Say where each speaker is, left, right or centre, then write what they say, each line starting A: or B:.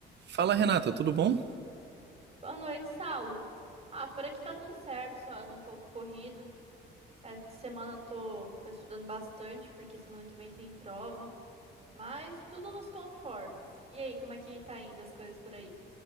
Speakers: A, on the right; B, on the right.
A: Fala, Renata, tudo bom?
B: Boa noite, Saulo. Ah, por aqui tá tudo certo, só ando um pouco corrido. Essa semana tô, tô estudando bastante, porque semana que vem tem prova. Mas tudo nos conformes. E aí, como é que tá indo as coisas por aí?